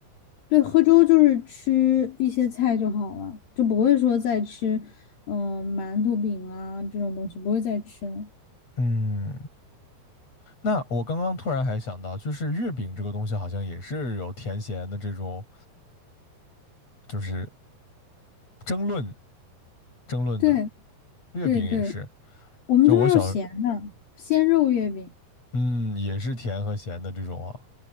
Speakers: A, on the left; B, on the left.
A: 对，喝粥就是吃一些菜就好了，就不会说再吃嗯、馒头饼啊这种东西，不会再吃了。
B: 嗯，那我刚刚突然还想到，就是月饼这个东西好像也是有甜咸的这种，就是争论争论的，
A: 对
B: 月饼也是，
A: 对对。我们这边儿有咸的，
B: 就我小，
A: 鲜肉月饼。
B: 嗯，也是甜和咸的这种啊。